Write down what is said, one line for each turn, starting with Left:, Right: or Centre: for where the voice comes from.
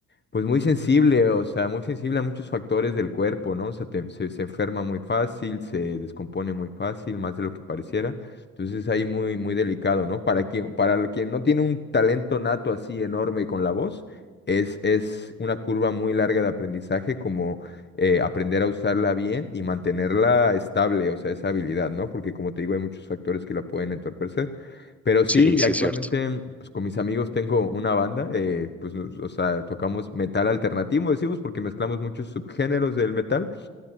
Left: pues muy sensible, o sea, muy sensible a muchos factores del cuerpo, ¿no? O sea, te- se, se enferma muy fácil, se descompone muy fácil, más de lo que pareciera. Entonces ahí muy, muy delicado, ¿no? Para quien, para lo- quien no tiene un talento nato así enorme con la voz, es, es una curva muy larga de aprendizaje, como eh, aprender a usarla bien y mantenerla estable, o sea, esa habilidad, ¿no? Porque como te digo, hay muchos factores que la pueden entorpecer. Pero sí,
Centre: Sí,
Left: y
Centre: sí
Left: actualmente
Centre: es cierto.
Left: pues con mis amigos tengo una banda, eh, pues nos- o sea, tocamos metal alternativo, decimos, porque mezclamos muchos subgéneros del metal